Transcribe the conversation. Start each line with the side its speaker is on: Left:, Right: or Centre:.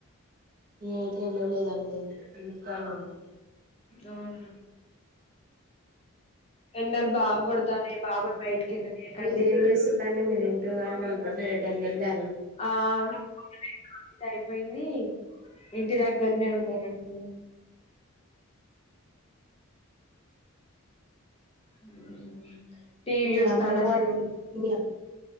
Right: ఎటూ ఎళ్ళలేదండి ఇంటికాన్నే ఉన్నా
Left: అవునా ఎండలు బాగా కొడతాన్నాయి బాబుని బయటికి వెళ్ళనీయకండి
Right: మీరేం చేసుళ్ళు అండి మీరు ఇంటికాడ్నె దాన్ని నిండా
Left: ఆ నాకు ఒకటే గ ఇది అయిపోయింది ఇంటి దగ్గర్నే ఉంటారు అంటే మ్మ్. టీవీ
Right: మ
Left: చూస్తానా
Right: అమ్మమ్మ వాళ్ళు
Left: సినిమా
Right: మీ